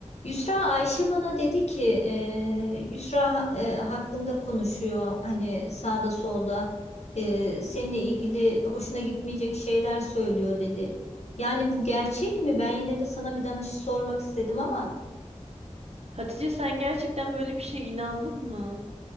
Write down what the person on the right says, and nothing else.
Hatice sen gerçekten böyle bir şeye inandın mı?